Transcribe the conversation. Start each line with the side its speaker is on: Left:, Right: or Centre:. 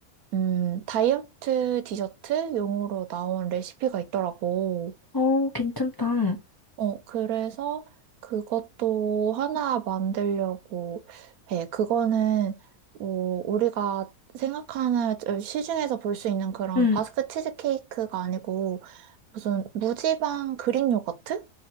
Right: 음, 다이어트 디저트 용으로 나온 레시피가 있더라고.
Left: 어, 괜찮다.
Right: 어, 그래서 그것도 하나 만들려고 해. 그거는, 뭐, 우리가 생각하는 시중에서 볼 수 있는 그런
Left: 응,
Right: 바스크 치즈케이크가 아니고 무슨 무지방 그릭 요거트?